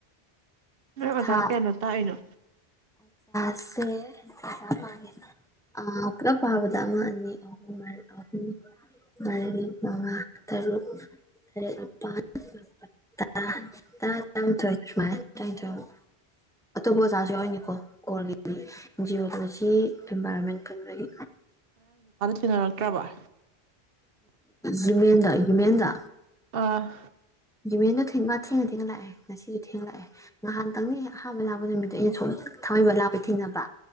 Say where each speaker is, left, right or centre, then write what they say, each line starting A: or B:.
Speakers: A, on the right; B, in the centre.
A: ꯅꯣꯏ ꯑꯣꯖꯥ
B: ꯊꯥ
A: ꯀꯌꯥꯥꯅ ꯇꯥꯛꯏꯅꯣ
B: ꯁ‌ꯦ ꯑꯣꯖꯥ ꯄꯥꯒ‌ꯦ ꯄꯨꯂꯞ ꯄꯥꯕꯗ ꯑꯃ ꯑꯅꯤ ꯑꯍꯨꯝ ꯃꯔꯤ ꯃꯉꯥ ꯇꯔꯨꯛ ꯇꯔꯦꯠ ꯅꯤꯄꯥꯜ ꯃꯥꯄꯜ ꯇꯔꯥ ꯇꯔꯥ ꯇꯔꯥꯃꯥꯊꯣꯏ ꯁꯨꯃꯥꯏꯅ ꯇꯔꯥꯅꯤꯊꯣꯏ ꯑꯃꯨꯛ ꯑꯇꯣꯞꯄ ꯑꯣꯖꯥꯁꯨ ꯌꯥꯎꯅꯤꯀꯣ ꯀꯣꯔꯒꯤꯗꯤ ꯖꯤꯑꯣꯂꯣꯖꯤ ꯏꯟꯚꯥꯏꯔꯣꯟꯃꯦꯟ ꯄꯨꯟꯕꯒꯤ
A: ꯇꯤꯟꯅꯔꯛꯇ꯭ꯔꯕ‌ꯣ
B: ꯌꯨꯃꯦꯟꯗ ꯌꯨꯃꯦꯟꯗ
A: ꯑ
B: ꯌꯨꯃꯦꯅ‌ꯣ ꯃꯥ ꯊꯦꯡꯅ ꯊꯦꯡꯅ ꯂꯥꯛꯑꯦ ꯉꯁꯤꯁꯨ ꯊꯦꯡꯅ ꯂꯥꯛꯑꯦ ꯅꯍꯥꯟꯇꯪꯅꯤ ꯑꯍꯥꯟꯕ ꯂꯥꯛꯄ ꯅꯨꯃꯤꯠꯇꯣ ꯑꯩꯅ ꯁꯨꯝ ꯊꯥꯡꯃꯩꯕꯟ ꯂꯥꯛꯄꯩ ꯊꯦꯡꯅꯕ